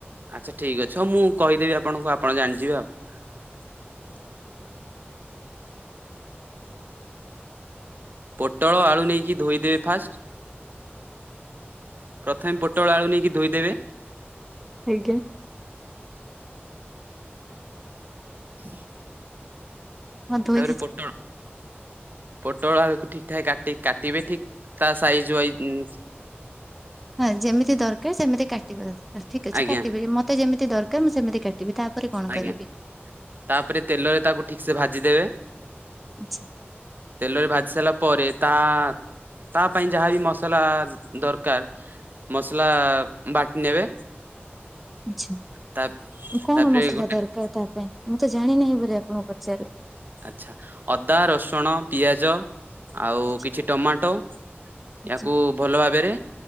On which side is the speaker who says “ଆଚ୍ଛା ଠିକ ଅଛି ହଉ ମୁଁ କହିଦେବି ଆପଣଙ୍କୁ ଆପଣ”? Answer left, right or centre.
Right